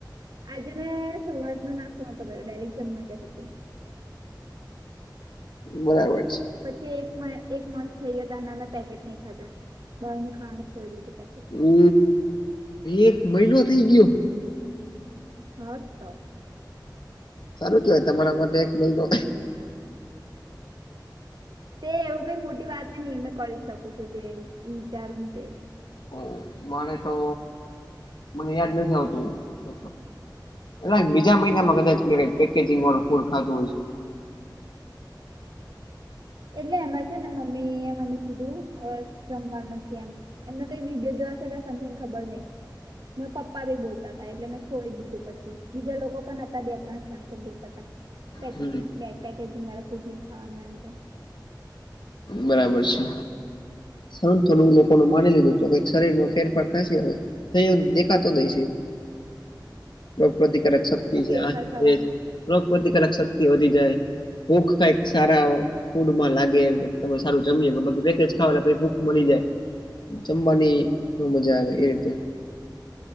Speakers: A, on the right; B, on the left.
A: આજે મેં સવાર નો ના હા તો ઘરે ડાયરેક્ટ જમવા બેઠી તી.
B: બરાબર છે.
A: પછી એક એક મંથ થઈ ગયો ત્યારના મેં પેકેટ નહી ખાધા. બહારનું ખાવાનું છોડી દીધુ પેકેટ
B: ઓ એક મહિનો થઇ ગયો
A: હાસ તો
B: સારું કેવાય તમારા માટે એક મહિનો
A: તે એવું કઈ મોટી વાત નહી મેં કરી શકું છું જે વિચારું તે
B: ઓ મારે તો મને યાદ નથી આવતું. હ એટલા બીજા મહિનામાં કદાચ મે પેકેજિંગ વાળું ફૂડ ખાધુ હશે.
A: એટલે એમાં છે ને મમ્મી એ મને કીધું હવે જમવા નથી એમ. એમને કઈ વિડીયો જોવાશે કે સમથિંગ ખબર નહીં. ને પપ્પા ભી બોલતા હતા એટલે મેં છોડી દીધું પછી બીજા લોકો પણ હતા બે ત્રણ જણ જે બોલતા હતા. પેકેટીગ
B: હમ
A: પે પેકેજિંગ વાળા ફૂડ ન ખાવાનું એમ તેમ
B: બરાબર છે. સારુ થોડું એ લોકો માની લીધું હતું કઈક શરીર માં ફેરફાર થશે હવે. થયોગ દેખાતો દઈ છે રોગ પ્રતિકારક શક્તિ
A: શું
B: છે
A: ફેરફાર
B: આ છે
A: થવાનો
B: તે છે રોગ પ્રતિકારક શક્તિ વધી જાય ભૂખ કઈક સારા ફૂડમાં લાગે. તમે સારું જમીએ પેકેજ ખાવા પછી ભૂખ મરી જાય. જમવાની બો મજા આવે એ રીતે.